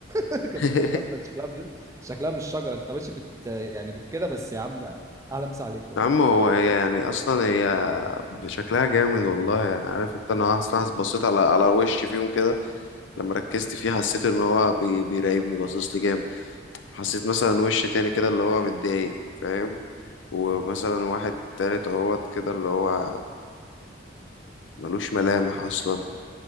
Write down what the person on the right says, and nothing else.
ما كملتهاش
ده اصلا شكلها ب... شكلها مش شجرة انت ماشي بت... يعني بت كده بس يا عم اهلا مسا عليك والله